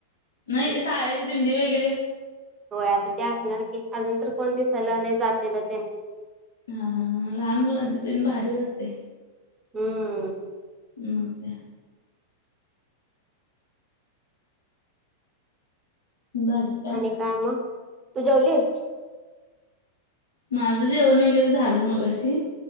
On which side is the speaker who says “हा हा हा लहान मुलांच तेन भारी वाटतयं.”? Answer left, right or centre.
Left